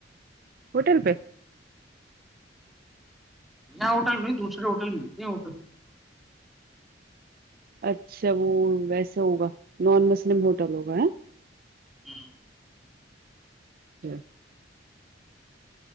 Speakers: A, on the right; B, in the centre.
A: ہوٹل پہ
B: یہاں ہوٹل میں دوسرے ہوٹل میں ہوٹل
A: اچھا وہ ویسے ہوگا نان مسلم ہوٹل ہوگا ہے
B: ہیں،
A: <inaudible>